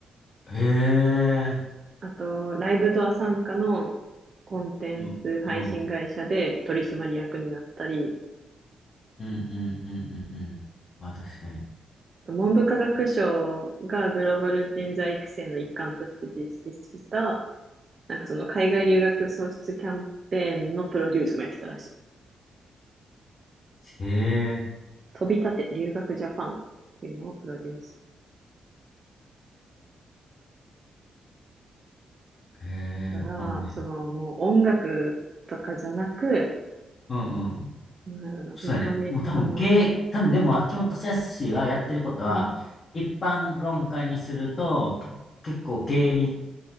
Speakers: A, on the left; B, on the right.
A: へえ。
B: あと、ライブドア傘下のコンテンツ配信会社で取締役になったり、
A: うん。うん。うんうんうんうんうん。まあ、確かに。
B: 文部科学省がグローバル人材育成の一環として実施した、なんかその海外留学創出キャンペーンのプロデュースもやってたらしい。
A: へえ。
B: 飛び立て留学ジャパンっていうのをプロデュース。
A: へ
B: から、
A: え、わかんない。
B: そのもう音楽とかじゃなく、
A: うんうん。
B: なんだろうな、
A: そうやね。
B: ほんまにその、
A: もう多分、経、多分でも、秋元康はやってることは、
B: うん、
A: 一般論家にすると、結構経営に